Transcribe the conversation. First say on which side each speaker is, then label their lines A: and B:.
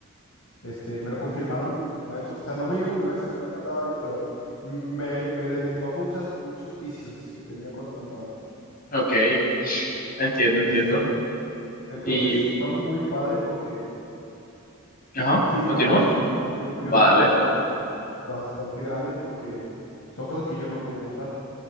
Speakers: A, on the left (about 75°); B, on the left (about 40°).
A: Este, me lo confirmaron mi maestro. O sea, no me dijo mi maestro que no cantaba bien, pero me, me detectó muchas, muchos vicios que tenía cuando cantaba.
B: ok, entiendo, entiendo.
A: Este, entonces,
B: Y,
A: fue muy padre porque
B: ajá,
A: sí vi
B: continúa,
A: un avance, fui, un- fui un- fui
B: vale.
A: una mejora bastante grande porque son cosas que yo no podía notar.